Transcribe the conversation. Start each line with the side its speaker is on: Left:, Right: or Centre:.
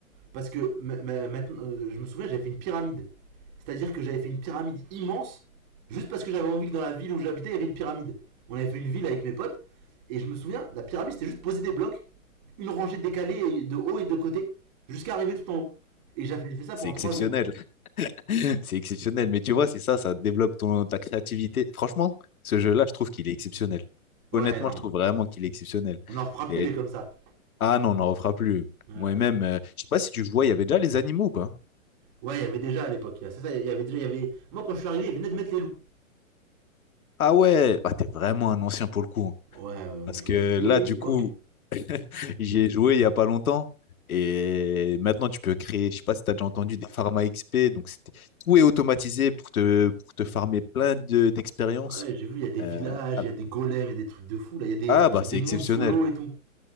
Right: Parce que maintenant, euh, je me souviens, j'avais fait une pyramide. C'est-à-dire que j'avais fait une pyramide immense, juste parce que j'avais envie que dans la ville où j'habitais, il y avait une pyramide. On avait fait une ville avec mes potes, et je me souviens, la pyramide c'était juste poser des blocs, une rangée décalée de haut et de côté, jusqu'à arriver tout en haut. Et j'avais fait ça
Left: C'est
Right: pendant
Left: exceptionnel.
Right: trois jours.
Left: <laughs> C'est exceptionnel. Mais tu vois, c'est ça, ça développe ton, ta créativité. Franchement, ce jeu-là, je trouve qu'il est exceptionnel.
Right: Ouais,
Left: Honnêtement,
Right: non,
Left: je trouve vraiment qu'il est exceptionnel.
Right: on n'en fera plus
Left: Et,
Right: des comme ça.
Left: ah non, on n'en refera plus.
Right: Euh,
Left: Moi-même, euh, je sais pas si tu jouais, il y avait déjà les animaux ou pas?
Right: ouais, il y avait déjà à l'époque, il ça, il y avait déjà, il y avait... Moi quand je suis arrivé, ils venaient de mettre les loups.
Left: Ah ouais, bah, t'es vraiment un ancien pour le coup. hein.
Right: Ouais, ouais, on
Left: Parce
Right: a joué
Left: que
Right: à des
Left: là, du
Right: époques.
Left: coup, j'y ai joué il y a pas longtemps. Et maintenant, tu peux créer, je sais pas si tu as déjà entendu, des pharma XP. Donc, c'était- tout est automatisé pour te, pour te farmer plein de- d'expériences.
Right: Ouais, j'ai vu, il y a des villages,
Left: Euh, ah
Right: il y a des golems, il y a des trucs de fou, là, il y a des,
Left: ah, bah,
Right: des
Left: c'est
Right: mondes
Left: exceptionnel.
Right: sous l'eau et tout.